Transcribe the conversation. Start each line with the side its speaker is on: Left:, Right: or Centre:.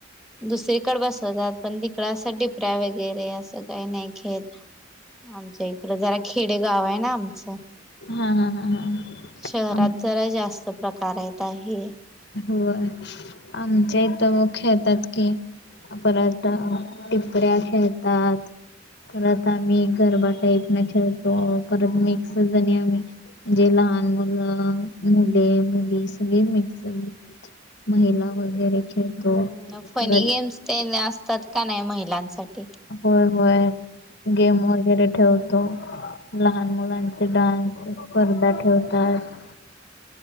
Centre: दुसरीकडे बसवतात. पण तिकड अस, टिपऱ्या वगैरे असं काही नाही खेे आमच्या इकडं जरा खेडे गाव आहे ना आमचं.
Left: हा. हा. हा. हा
Centre: शहरात
Left: आम
Centre: जरा जास्त प्रकार आहेत हे.
Left: हो आमच्या इथ म खेळतात की. परत टिपऱ्या खेळतात. परत आम्ही गरबा टाईप न खेळतो, परत मिक्सणी आम्ही म्हणजे लहान मुलं मुले, मुली सगळ मिक्स महिला वगैरे खेळतो
Centre: हम् फनी
Left: परत
Centre: गेम्स ते असतात का नाही महिलांसाठी?
Left: होय, होय, गेम वगैरे ठेवतो. लहान मुलांचे डान्स स्पर्धा ठेवतात.